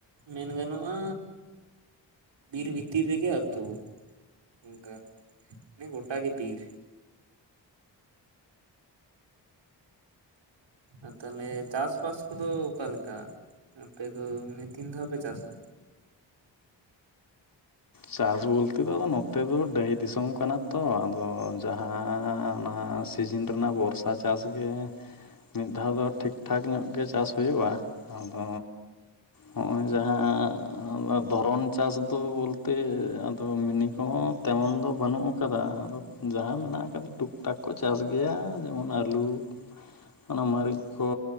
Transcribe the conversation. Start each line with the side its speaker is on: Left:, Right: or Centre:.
Right: ᱢᱮᱱ ᱜᱟᱱᱚᱜᱼᱟ ᱵᱤᱨ ᱵᱷᱤᱛᱤᱨ ᱨᱮᱜᱮ ᱟᱹᱛᱩ ᱚᱱᱠᱟ ᱢᱟᱱᱮ ᱜᱚᱴᱟ ᱜᱮ ᱵᱤᱨ ᱟᱨ ᱛᱟᱦᱚᱞᱮ ᱪᱟᱥᱵᱟᱥ ᱠᱚᱫᱚ ᱚᱠᱟᱞᱮᱠᱟ ᱟᱯᱮ ᱫᱚ ᱢᱟᱱᱮ ᱛᱤᱱ ᱫᱷᱟᱣ ᱯᱮ ᱪᱟᱥᱟ
Left: ᱪᱟᱥ ᱵᱚᱞᱛᱮ ᱫᱚ ᱟᱫᱚ ᱱᱚᱛᱮ ᱫᱚ ᱰᱟᱦᱤ ᱫᱤᱥᱚᱢ ᱠᱟᱱᱟ ᱛᱚ ᱟᱫᱚ ᱡᱟᱦᱟᱸ ᱱᱟᱜ ᱥᱤᱡᱤᱱ ᱨᱮᱱᱟᱜ ᱵᱚᱨᱥᱟ ᱪᱟᱥ ᱜᱮ ᱢᱤᱫ ᱫᱷᱟᱣ ᱫᱚ ᱴᱷᱤᱠ ᱴᱷᱟᱠ ᱧᱚᱜ ᱜᱮ ᱪᱟᱥ ᱦᱩᱭᱩᱜᱼᱟ ᱟᱫᱚ ᱦᱚᱸᱜᱼᱚᱭ ᱡᱟᱦᱟᱸ ᱫᱷᱚᱨᱚᱱ ᱪᱟᱥ ᱫᱚ ᱵᱚᱞᱛᱮ ᱛᱮ ᱟᱫᱚ ᱢᱤᱱᱤ ᱠᱚᱦᱚᱸ ᱛᱮᱢᱚᱱ ᱫᱚ ᱵᱟᱹᱱᱩᱜ ᱟᱠᱟᱫᱟ ᱟᱫᱚ ᱡᱟᱦᱟᱸ ᱢᱮᱱᱟᱜ ᱟᱠᱟᱫᱟ ᱴᱩᱠ ᱴᱟᱠ ᱠᱚ ᱪᱟᱥ ᱜᱮᱭᱟ ᱡᱮᱢᱚᱱ ᱟᱹᱞᱩ ᱚᱱᱟ ᱢᱟᱹᱨᱤᱪ ᱠᱚ